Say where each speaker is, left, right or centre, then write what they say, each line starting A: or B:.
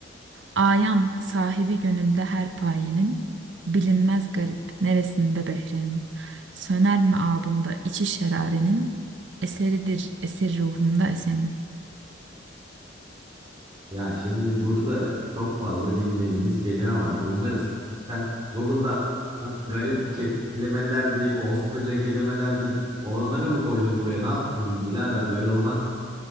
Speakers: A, on the right; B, on the right.
A: Ayan sahibi gönülde her payenin, bilinmez garip neresinde behrenin. Söner mi abında içi şerarenin, eseridir esir ruhumda esenin.
B: Ya şimdi burada çok fazla bilmediğimiz kelime var. Bunları sen Google'dan garip kelimeler deyip, Osmanlıca kelimeler deyip onları mı koydun buraya? Ne yaptın birader böyle olmaz.